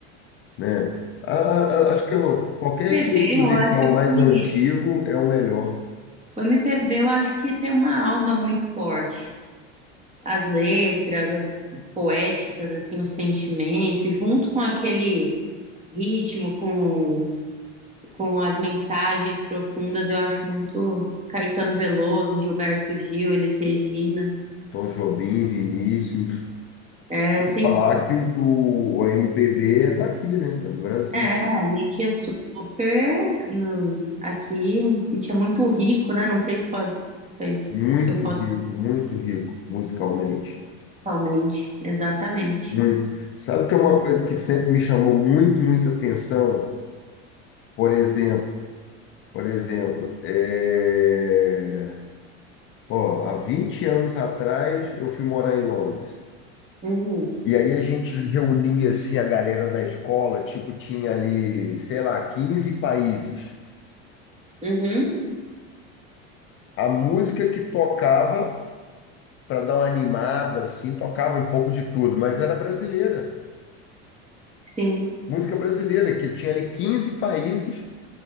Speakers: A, on the left; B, on the right.
A: né? A- a- acho que eu- qualquer
B: MPB,
A: estilo musical
B: eu acho
A: mais
B: que...
A: antigo é o melhor.
B: O MPB, eu acho que tem uma alma muito forte. As letras, as poéticas, assim, o sentimento, e junto com aquele ritmo, com, com as mensagens profundas, eu acho muito Caetano Veloso, Gilberto Gil, Elis Regina.
A: Tom Jobim, Vinícius.
B: É, tem,
A: Falar que o, do, o MPB é daqui, né? É do Brasil.
B: é, a gente é super, no- aqui, a gente é muito rico, né? Não sei se pode, se
A: Muito
B: eu posso
A: rico, muito rico musicalmente.
B: totalmente, exatamente.
A: Muito. Sabe que é
B: Hum,
A: uma coisa que sempre me chamou muito, muita atenção? Por exemplo, por exemplo, é... Ó, há 20 anos atrás eu fui morar em Londres.
B: uhum,
A: E aí a gente reunia assim a galera da escola, tipo, tinha ali, sei lá, 15 países.
B: uhum,
A: A música que tocava para dar uma animada assim, tocava um pouco de tudo, mas era brasileira.
B: sim,
A: Música brasileira que tinha ali 15 países